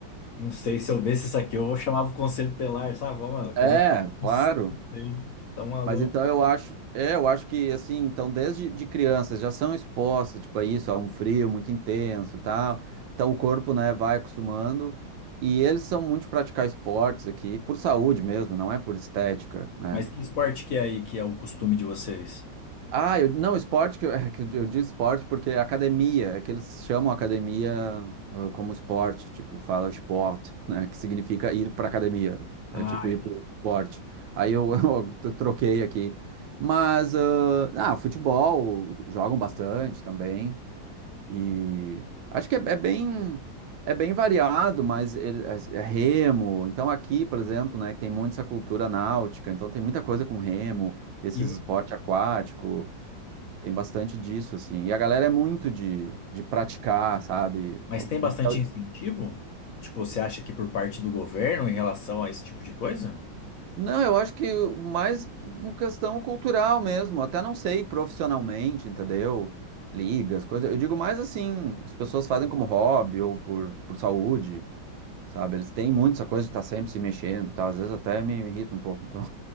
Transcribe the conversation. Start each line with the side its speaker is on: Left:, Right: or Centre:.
Left: Não sei, se eu visse isso aqui, eu chamava o conselho telar, sabe? Ó, Mano,
Right: É,
Left: como é?
Right: claro.
Left: Não sei, tá maluco.
Right: Mas então eu acho, é, eu acho que assim, então desde de crianças já são expostas, tipo, a isso, a um frio muito intenso e tal. Então o corpo, né, vai acostumando. E eles são muito de praticar esportes aqui, por saúde mesmo, não é por estética, né?
Left: Mas que esporte que é aí que é o costume de vocês?
Right: Ah, eu, não, esporte, que eu, <laughs> é que eu digo esporte porque é academia, é que eles chamam academia ah, como esporte, tipo, fala esporte, né, que significa ir para academia, é
Left: Ah,
Right: tipo ir
Left: entendi.
Right: para esporte. Aí eu, <laughs> eu t- troquei aqui. Mas, ah, ah, futebol, jogam bastante também, e acho que é, é bem, é bem variado, mas ele- é, é remo, então aqui, por exemplo, né, que tem muito essa cultura náutica, então tem muita coisa com remo, esses
Left: E,
Right: esporte aquático. Tem bastante disso, assim. E a galera é muito de, de praticar, sabe?
Left: mas tem bastante
Right: Então,
Left: incentivo? Tipo, você acha que por parte do governo em relação a esse tipo de coisa?
Right: não, eu acho que mais uma questão cultural mesmo. Até não sei profissionalmente, entendeu? Ligas, coisas. Eu digo mais assim, as pessoas fazem como hobby ou por, por saúde, sabe? Eles têm muito essa coisa de estar sempre se mexendo e tal. Às vezes até me, me irrita um pouco, então.